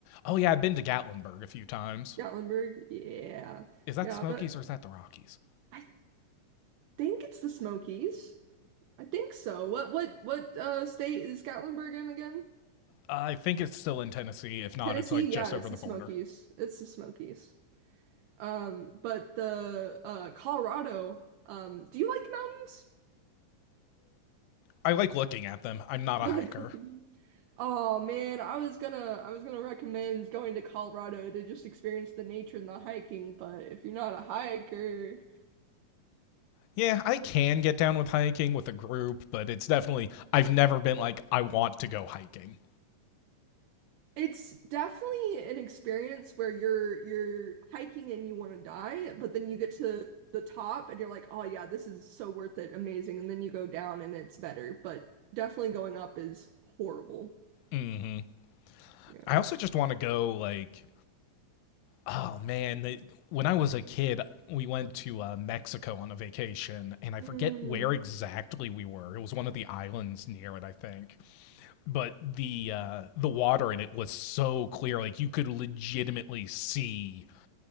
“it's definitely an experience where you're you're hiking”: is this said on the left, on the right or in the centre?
Right